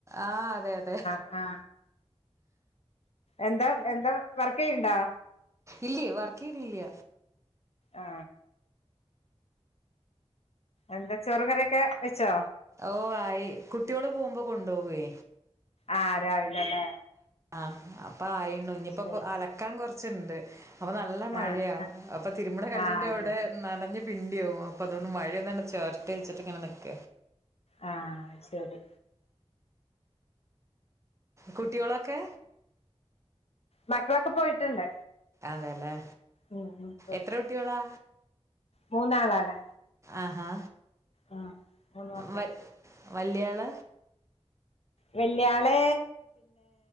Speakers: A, on the right; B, on the left.
A: ആ അതെ അതെ
B: ആ എന്താ എന്താ വർക്കെയ്യ്ണ്ടോ
A: ഇല്ലേ വർക്കയ്യ്ണില്ല
B: ആ എന്താ ചോറും കറിയൊക്കെ വെച്ചോ
A: ഓ ആയി കുട്ട്യോള് പോവുമ്പം കൊണ്ടോവെ
B: ആ രാവില ലെ
A: ആ അപ്പ ആയിണു ഇഞ്ഞിപ്പോ
B: ശരി
A: അലക്കാൻ കൊർച്ച്ണ്ട് അപ്പൊ നല്ല മഴയാ
B: ആഹ് ആഹ്
A: അപ്പ തിര്മ്പ്ണ കല്ലിന്റവ്ടെ
B: ആഹ് അതെ
A: നനഞ് പിണ്ടി ആവും അപ്പൊ അതുകൊണ്ട് മഴയൊന്ന് ചേര്ട്ടെ വെച്ചിട്ട് ഇങ്ങനെ നിക്ക
B: ആ ശരി
A: കുട്ട്യോളക്കെ
B: മക്കളക്ക പോയിട്ട്ണ്ട്
A: അതെല്ലേ
B: ഉം ഉം
A: എത്ര കുട്ടികളാ
B: മൂന്നാളാണ്
A: ആഹാ
B: ആഹ് മൂന്ന് മക്കള്
A: വ വല്യാള
B: വെല്യ ആള്